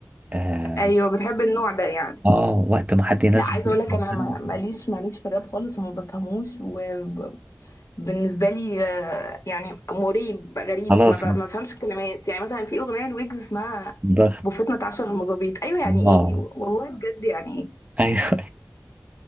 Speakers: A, on the right (about 30°); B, on the left (about 80°).
A: اه
B: ايوه بتحب النوع ده يعني
A: آه، وقت ما حد ينزل
B: لا عايزه
A: دس
B: اقول لك
A: عن
B: انا ما-
A: حد
B: ماليش ماليش في الراب خالص وما بفهموش وبالنسبه لي آه، يعني مريب غريب
A: خلاص
B: ما ب- ما بفهمش الكلمات يعني مثلا في اغنيه لويجز اسمها
A: ضغط
B: بوفتنا اتعشر المظابيط ايوه يعني ايه
A: اه <laughs>
B: والله بجد يعني ايه
A: ايوه